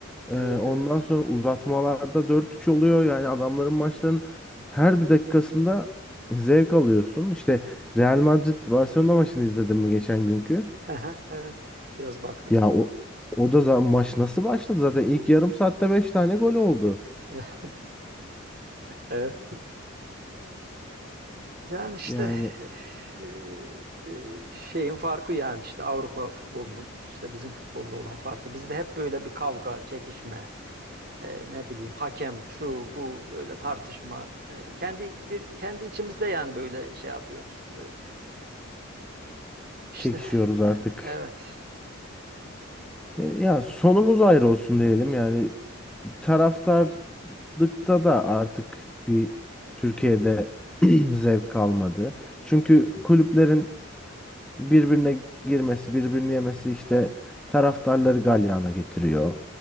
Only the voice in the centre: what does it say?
Ee,
ondan
sonra uzatmalarda dört üç oluyor. Yani adamların maçların her bir dakikasında zevk alıyorsun. İşte Real Madrid Barcelona maçını izledin mi geçen günkü?
Ya o o da za- maç nasıl başladı? Zaten ilk yarım saatte 5 tane gol oldu.
Yani
çekişiyoruz artık.
E, Ya sonumuz ayrı olsun diyelim yani taraftarlıkta da artık bir Türkiye'de <clears throat> zevk kalmadı. Çünkü kulüplerin birbirine girmesi, birbirini yemesi işte taraftarları galyana getiriyor.